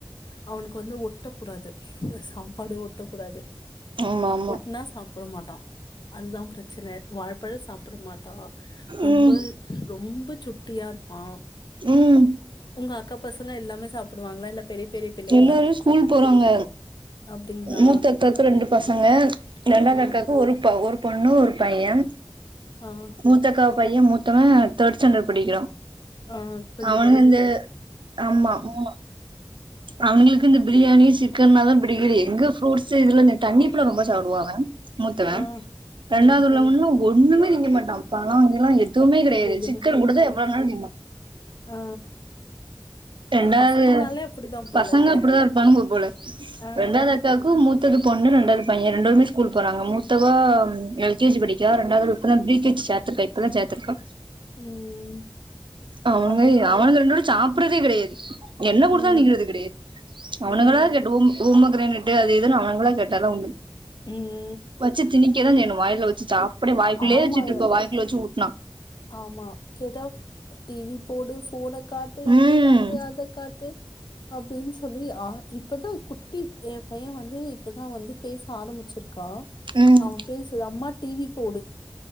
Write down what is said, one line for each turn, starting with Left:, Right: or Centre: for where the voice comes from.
Left: அவனுக்கு வந்து ஒட்டக்கூடாது இந்த சாப்பாடு ஒட்டக்கூடாது
Right: ஆமா ஆமா
Left: ஒட்னா சாப் சாப்ட மாட்டா அதுதா பிரச்சன வாழப்பழம் சாப்ட மாட்டா ரொம்ப
Right: ம்
Left: ரொம்ப சுட்டியா இருப்பான்
Right: ம்
Left: உங்க அக்கா பசங்க எல்லாமே சாப்டுவாங்களா இல்ல பெரிய பெரிய பிள்ளைங்களா?
Right: எல்லாரு ஸ்கூல் போறாங்க
Left: அப்டிங்களா?
Right: மூத்த அக்காக்கு ரெண்டு பசங்க ரெண்டாவது
Left: ஆ,
Right: அக்காக் ஒரு ப ஒரு பொண்ணு ஒரு பையன்
Left: ஆ ஆ
Right: மூத்தக்கா பைய மூத்தவன் தேர்ட் ஸ்டாண்டர்ட் படிக்கிறா
Left: ஆ கொஞ்சம்
Right: அவனு
Left: பெரிய
Right: வந்து
Left: பிள்ளை.
Right: ஆமா ம் அவனுங்களுக்கு இந்த பிரியாணி சிக்கன்னா தா பிடிக்குது எங்க ஃப்ரூட்ஸ்ஸு இதுல இந்த தண்ணிப்பழோ ரொம்ப சாப்டுவாங்க மூத்தவன்
Left: ஆ,
Right: ரெண்டாவது
Left: ம்.
Right: உள்ளவனு ஒன்னுமே திங்க மாட்டா பழோ கிழோ எ துமே கெடையாது
Left: எதுவுமே
Right: சிக்கன் குடுத்தா
Left: ஆ.
Right: எவ்ளோனாலு திம்பா
Left: ஆ.
Right: ரெண்டாவது
Left: அது பசங்கனாலே அப்படிதான் போலல்ல.
Right: பசங்க அப்டிதா இருப்பாணுங்க போல
Left: ஆ.
Right: ரெண்டாவது தாக்கு மூத்தது பொண்ணு ரெண்டாது பைய ரெண்டு பேருமே ஸ்கூல்க்கு போறாங்க மூத்தவ எல் கே ஜி படிக்கிறா ரெண்டாவது இப்ப தா ப்ரி கே ஜி சேத்துருக்க இப்ப தா சேத்துருக்க
Left: ம்.
Right: அவனுங்க
Left: அவங்க எப்படி?
Right: அவனுங்க ரெண்டு பேரு சாப்ட்றதே கெடையாது என்ன குடுத்தாலு
Left: ம்.
Right: திங்கறது கெடையாது அவனுங்களா
Left: ம்.
Right: டோம் உமோக்ரனைட்டு அது இதுன்னு அவனுங்களா கேட்ட தா உண்டு
Left: ம்
Right: வச்சு திணிக்க தா செய்ணு வாய்ல வச்சி சாப் அப்டி வாய்க்குள்ளயே
Left: ஆமா,
Right: வச்சுட்டுருப்பா வாய்க்குள்ள வச்சு ஊட்னா
Left: ஆமா கேட்டா டி வி போடு ஃபோனக் கா ட்டு
Right: ம்
Left: இத காட்டு அத காட்டு அப்டின்னு சொல்லி ஆ இப்பதா குட்டி எ பையே வந்து இப்பதா வந்து பேச ஆரம்பிச்சிருக்கா
Right: ம்
Left: அவ பேச லம்மா டி வி போடு